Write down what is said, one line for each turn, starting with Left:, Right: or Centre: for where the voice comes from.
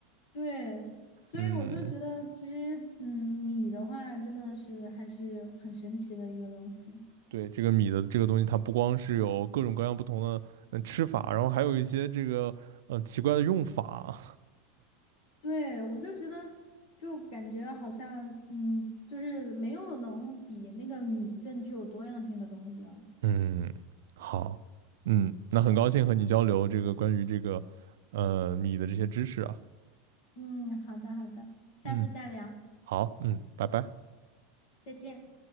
Left: 对，所以我就觉得，
Right: 嗯
Left: 其实，嗯，米的话真的是还是很神奇的一个东西。
Right: 对，这个米的这个东西，它不光是有各种各样不同的嗯吃法，然后还有一些这个呃奇怪的用法。
Left: 对，我就觉得，就感觉好像，嗯，就是没有能比那个米更具有多样性的东西了。
Right: <laughs> 嗯，好，嗯，那很高兴和你交流这个关于这个呃米的这些知识啊。
Left: 嗯，好的，好的，下次再聊，
Right: 嗯，好，嗯，拜拜。
Left: 再见。